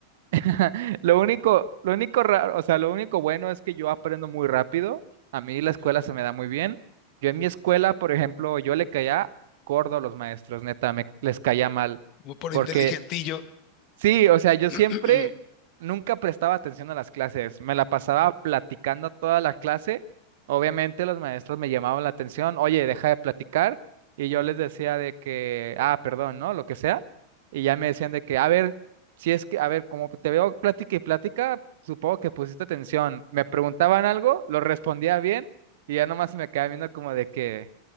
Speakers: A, on the right; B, on the left.
A: <laughs> Lo único, lo único raro, o sea, lo único bueno es que yo aprendo muy rápido. A mí la escuela se me da muy bien. Yo en mi escuela, por ejemplo, yo le caía gordo a los maestros, neta, me les caía mal,
B: por
A: porque
B: inteligentillo,
A: Sí, o sea, yo
B: <clears throat>
A: siempre nunca prestaba atención a las clases, me la pasaba platicando toda la clase. Obviamente los maestros me llamaban la atención, oye, deja de platicar, y yo les decía de que, ah, perdón, ¿no? Lo que sea, y ya me decían de que, a ver, si es que, a ver, como te veo plática y plática, supongo que pusiste atención. Me preguntaban algo, lo respondía bien, y ya nomás se me quedaba viendo como de que,